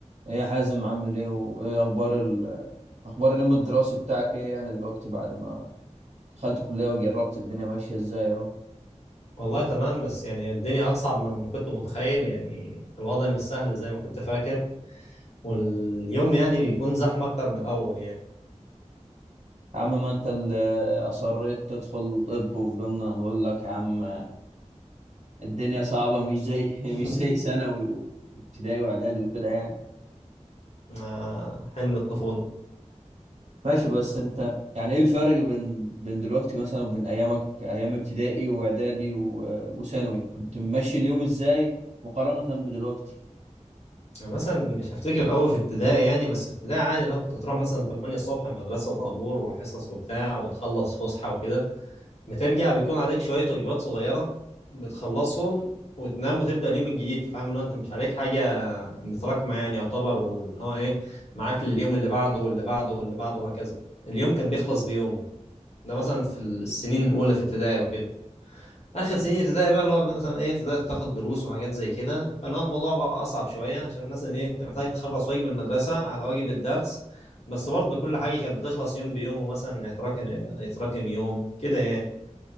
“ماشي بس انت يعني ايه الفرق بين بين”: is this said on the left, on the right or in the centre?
Right